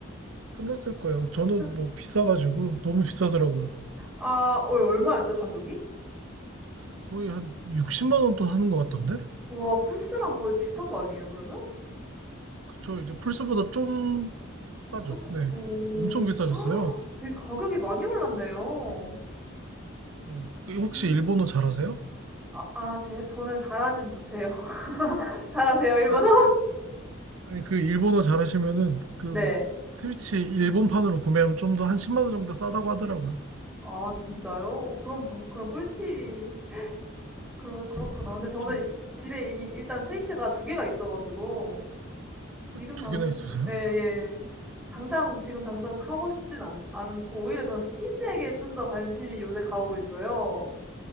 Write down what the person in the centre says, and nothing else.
그
아얼 얼마였죠 가격이?
와 플스랑 거의 비슷한 거 아니에요 그러면?
조금..
오.
<gasps> 헉, 되게 가격이 많이 올랐네요.
음.
아 아 제 저는 잘하진 못해요. <laughs> 잘하세요 일본어?
네.
아 진짜요? 오 그럼 방 그럼 꿀팁이 그러 그렇구나. 근데 저는
이 집에 이미 일단 스위치가 2 개가 있어 가지고 지금
당
예예. 당장 지금 당장 사고 싶진 않 않고 오히려 저는 스팀덱에 좀 더 관심이 요새 가고 있어요.